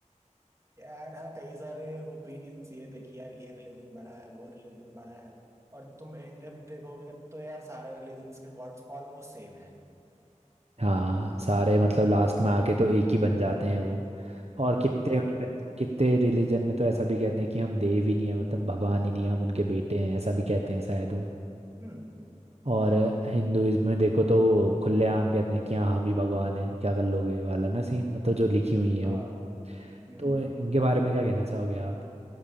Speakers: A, on the right; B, on the right.
A: यार हाँ कई सारे ओपिनियंस ये थे कि यार ये रिलीजन बड़ा है वो रिलीजन बड़ा है और तुम एंड अप देखोगे तो यार सारे रिलीजन्स के गॉड्स ऑलमोस्ट सेम है
B: हाँ सारे मतलब लास्ट में आके तो एक ही बन जाते हैं वो और कितने
A: Exactly
B: उनमें-
A: exactly.
B: कितने रिलीजन में तो ऐसा भी कहते हैं कि हम देव ही नहीं है मतलब भगवान ही नहीं है हम उनके बेटे हैं ऐसा भी कहते हैं शायद
A: हम्म
B: और हिंदुइज्म में देखो तो वो खुलेआम कहते हैं कि हाँ हम ही भगवान हैं क्या कर लोगे वाला ना सीन मतलब जो लिखी हुई है
A: हाँ
B: वो
A: हम्म
B: तो इनके बारे में क्या कहना चाहोगे आप